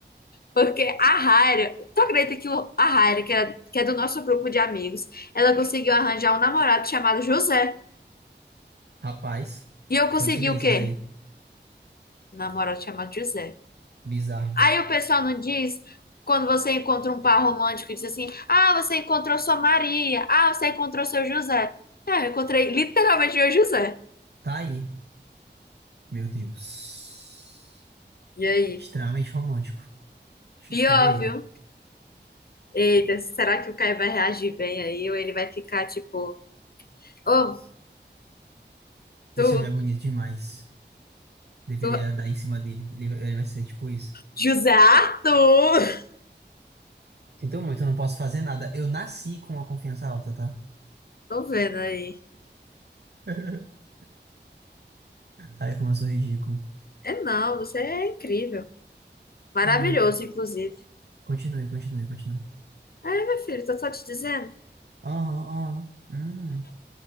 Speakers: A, on the left; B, on the right.
A: Porque a Raira, tu acredita que o- a Raira, que é, que é do nosso grupo de amigos, ela conseguiu arranjar um namorado chamado José.
B: Rapaz,
A: E eu consegui
B: coincidências
A: o quê?
B: aí.
A: Um namorado chamado José.
B: Bizarro.
A: Aí o pessoal não diz, quando você encontra um par romântico e diz assim: Ah, você encontrou sua Maria, ah, você encontrou seu José. É, eu encontrei literalmente meu José.
B: Tá aí. Meu Deus.
A: E aí?
B: Extremamente romântico. Ch-
A: Pior,
B: Chorei.
A: viu? Eita, será que o Caio vai reagir bem aí? Ou ele vai ficar tipo, Oh, tu,
B: Esse homem é bonito demais. Deveria
A: tu,
B: dar em cima dele. Ele, ele vai ser tipo isso.
A: José Arthur?
B: Sinto muito, eu não posso fazer nada. Eu nasci com a confiança alta, tá?
A: Tô vendo aí.
B: <laughs> Ai, como eu sou ridículo.
A: É não, você é incrível. Maravilhoso,
B: Hum,
A: inclusive.
B: continue, continue, continue.
A: É, meu filho, tô só te dizendo.
B: Aham, aham. Hum,